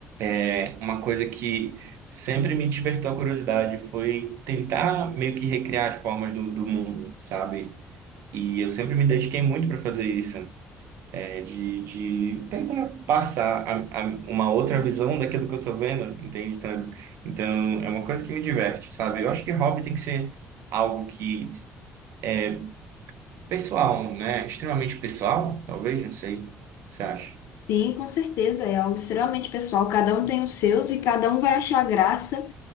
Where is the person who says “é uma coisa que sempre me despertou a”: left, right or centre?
Right